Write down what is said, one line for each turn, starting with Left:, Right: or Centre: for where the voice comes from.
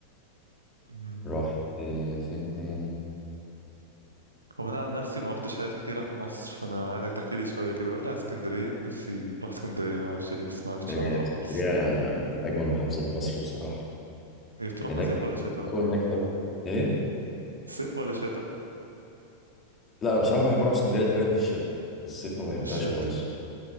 Right: م.
Left: رحت آه، فين تاني
Right: هو انا عن نفسي ما رحتش حاجات كتيرة في مصر فانا عايزك تحكي لي شوية كده قول لي على اسكندرية نفسي اروح اسكندرية ما اعرفش ليه بس ما عرفتش
Left: آه،
Right: اروحها
Left: اسكندرية
Right: خالص
Left: من أجمل محافظات مصر بصراحة
Right: إيه، تروحها
Left: هناك
Right: صيف ولا شتاء
Left: الجو
Right: بقى
Left: هناك حلو إيه؟
Right: صيف ولا شتاء
Left: لا بصراحة بحب أروح اسكندرية تحديدا في الشتاء في الصيف ما بحبهاش
Right: في الشتاء
Left: خالص